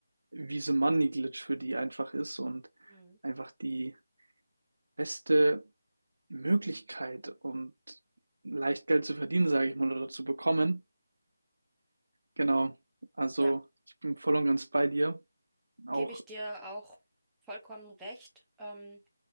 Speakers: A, on the right; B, in the centre.
A: wie so ein Money Glitch für die einfach ist und
B: Mhm.
A: einfach die beste Möglichkeit und leicht Geld zu verdienen, sage ich mal, oder zu bekommen Genau, also
B: ja,
A: ich bin voll und ganz bei dir. Auch,
B: gebe ich dir auch vollkommen recht. Ähm,